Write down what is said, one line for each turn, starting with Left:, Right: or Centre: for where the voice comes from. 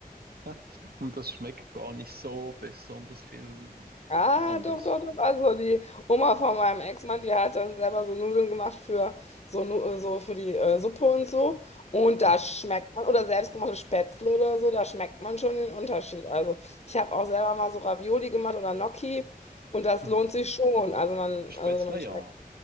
Right: <laughs> und das schmeckt gar nicht so besonders viel
Left: Ah,
Right: anders.
Left: doch, doch, doch. Also die Oma von meinem Ex-Mann, die hat dann selber so Nudeln gemacht für so, Nu- äh, so für die äh, Suppe und so. Und
Right: Echt?
Left: da schmeckt man, oder selbstgemachte Spätzle oder so, da schmeckt man schon den Unterschied. Also ich habe auch selber mal so Ravioli gemacht oder Gnocchi und das
Right: Aha.
Left: lohnt sich schon. Also man,
Right: Spätzle,
Left: also man schmeckt,
Right: ja.